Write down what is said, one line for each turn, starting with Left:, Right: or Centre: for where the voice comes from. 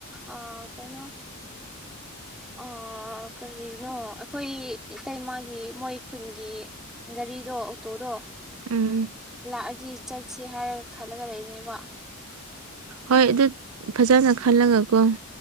Centre: ꯑꯥ ꯀꯩꯅꯣ ꯑꯥ ꯀꯔꯤꯅꯣ ꯑꯩꯈꯣꯏ ꯏꯇꯩꯃꯒꯤ ꯃꯣꯏ ꯈꯨꯟꯒꯤ ꯒꯥꯔꯤꯗꯣ ꯑꯣꯛꯇꯣꯗꯣ
Right: ꯎꯝ
Centre: ꯂꯥꯛꯑꯗꯤ ꯆꯠꯁꯦ ꯍꯥꯏꯔꯒ ꯈꯜꯂꯒ ꯂꯩꯕꯅꯦꯕ
Right: ꯍꯣꯏ ꯑꯗꯨ ꯐꯖꯅ ꯈꯜꯂꯒꯀꯣ